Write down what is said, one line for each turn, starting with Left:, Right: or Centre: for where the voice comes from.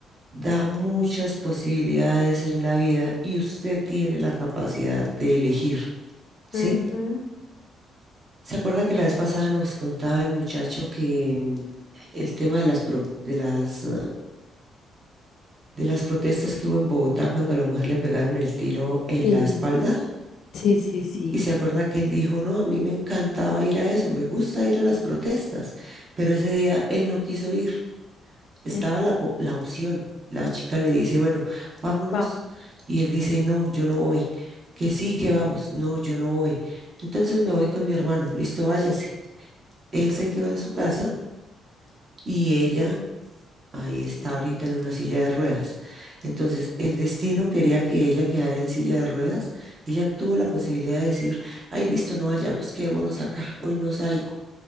Right: da muchas posibilidades en la vida y usted tiene la capacidad de elegir, ¿sí?
Left: Ujú.
Right: ¿Se acuerda que la vez pasada nos contaba el muchacho que mm, el tema de las, pro- de las, ah, de las protestas que hubo en Bogotá cuando a la mujer le pegaron el tiro en
Left: Sí,
Right: la espalda?
Left: sí, sí, sí.
Right: Y se acuerda que él dijo, no, a mí me encantaba ir a eso, me gusta ir a las protestas, pero ese día él no quiso ir, estaba
Left: Eh,
Right: la, po- la opción. La chica le dice, bueno, vámonos.
Left: Vamos.
Right: Y él dice, no, yo no voy. Que sí, que vamos. No, yo no voy. Entonces me voy con mi hermano. Listo, váyase. Él se quedó en su casa y ella ahí está ahorita en una silla de ruedas. Entonces, el destino quería que ella quedara en silla de ruedas. Ella tuvo la posibilidad de decir, ay, listo, no vayamos, quedémonos acá, hoy no salgo,